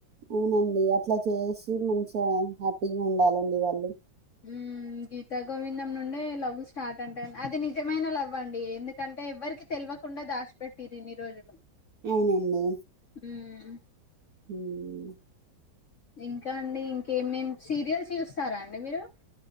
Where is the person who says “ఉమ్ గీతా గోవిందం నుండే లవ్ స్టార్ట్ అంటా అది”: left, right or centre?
Left